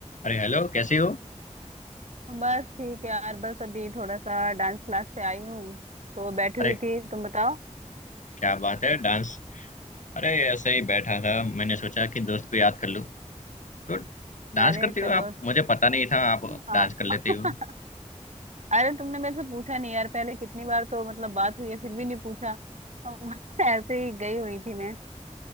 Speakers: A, on the left (about 85°); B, on the right (about 65°).
A: अरे हेलो कैसी हो
B: बस ठीक है यार बस अभी थोड़ा सा डांस क्लास से आई हूँ तो बैठी
A: अरे
B: हुई थी तुम बताओ
A: क्या बात है डांस अरे ऐसे ही बैठा था मैंने सोचा कि दोस्त को याद कर लूं तो डांस
B: अरे
A: करती
B: चलो
A: हो आप मुझे पता नहीं था आप
B: हाँ
A: डांस कर लेती
B: <laughs>
A: हो
B: अरे तुमने मेरे से पूछा नहीं यार पहले कितनी बार तो मतलब बात हुई है फिर भी नहीं पूछा अम, <laughs> ऐसे ही गई हुई थी मैं